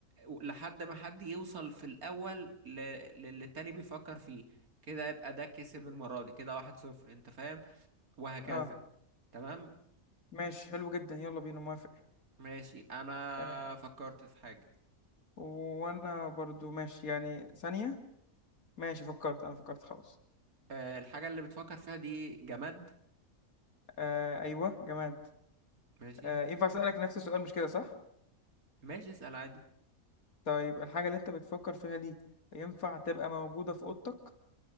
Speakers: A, on the right; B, on the left.
A: و- لحد ما حد يوصل في الاول ل- للي التاني بيفكر فيه كده يبقى ده كسب المرة دي كده واحد صفر انت فاهم وهكذا
B: اه
A: تمام
B: ماشي حلو جدا يلا بينا موافق
A: ماشي انا
B: آه،
A: فكرت في حاجة
B: وانا برضو ماشي يعني ثانية ماشي فكرت انا فكرت خلاص
A: آه، الحاجة اللي بتفكر فيها دي جماد
B: آه ايوه جماد
A: ماشي
B: آه ينفع اسألك نفس السؤال مش كده صح
A: ماشي اسأل عادي
B: طيب الحاجة اللي انت بتفكر فيها دي ينفع تبقى موجودة في اوضتك